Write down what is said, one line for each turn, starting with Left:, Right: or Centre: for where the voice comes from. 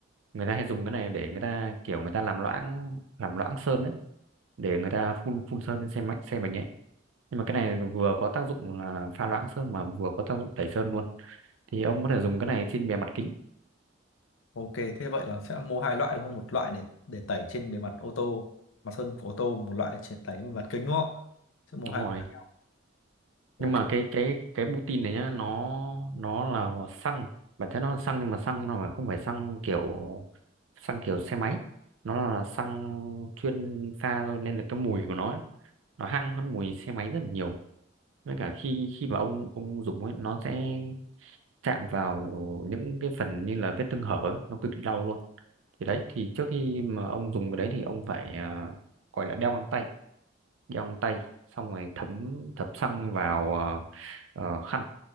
Right: người ta hay dùng cái này để người ta kiểu người ta làm loãng làm loãng sơn đấy để người ta phun phun sơn lên xe máy xe mình ấy nhưng mà cái này vừa có tác dụng là pha loãng sơn mà vừa có tác dụng tẩy sơn luôn thì ông có thể dùng cái này trên bề mặt kính
Left: Ok, thế vậy là sẽ mua hai loại đúng không? Một loại để để tẩy trên bề mặt ô tô, mặt sơn của ô tô, một loại để tẩy bề mặt kính đúng không? Sẽ mua
Right: đúng
Left: hai
Right: rồi
Left: loại khác nhau. Ok,
Right: nhưng mà cái cái cái Putin này nhá nó nó là xăng bản chất nó là xăng nhưng mà xăng nó phải không phải xăng kiểu xăng kiểu xe máy nó là xăng chuyên pha thôi nên là cái mùi của nó ấy, nó hăng hơn mùi xe máy rất là nhiều với cả khi khi mà ông ông dùng ấy nó sẽ chạm vào những cái phần như là vết thương hở ấy, nó cực kỳ đau luôn thì đấy thì trước khi mà ông dùng cái đấy thì ông phải à, gọi là đeo găng tay giòn tay xong rồi thấm thấm xăng vào ờ, ờ, khăn